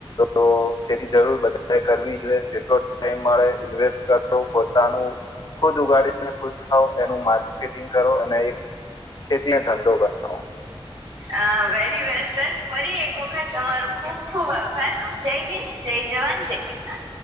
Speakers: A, on the left; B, on the right.
A: તો ખેતી જરૂર બધા કરવી જોઈએ જેટલો ટાઈમ મળે ઇન્વેસ્ટ કરો પોતાનું ખુદ ઉગાડીને ખુદ ખાઓ એનું માર્કેટિંગ કરો અને એક ખેતી નો ધંધો બનાઓ.
B: અહ વેરી વેલ સર ફરી એક વખત તમારો ખુબ ખુબ આભાર. અમ જય હિન્દ. જય જવાન, જય કિસાન.